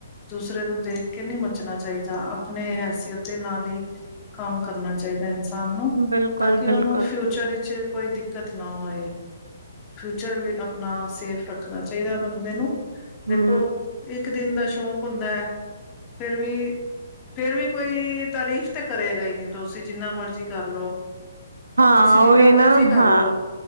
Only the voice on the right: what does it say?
ਬਿਲਕੁਲ
ਬਿਲਕੁਲ।
ਹੂੰ
ਹਾਂ
ਉਹੀ
ਨਾ
ਹਾਂ